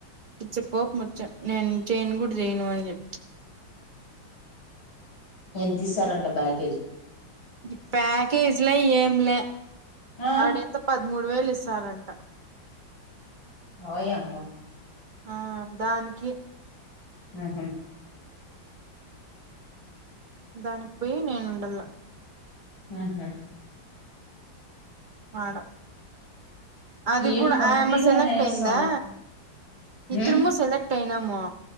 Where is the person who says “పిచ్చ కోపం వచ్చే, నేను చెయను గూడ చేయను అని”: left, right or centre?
Right